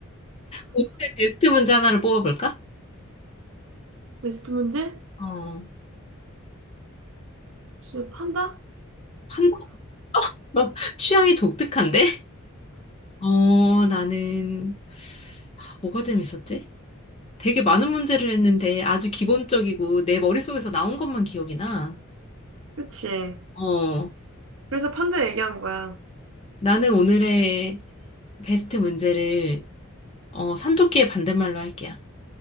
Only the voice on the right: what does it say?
베스트 문제?
글쎄, 판다?
그치.
그래서 판다 얘기한 거야.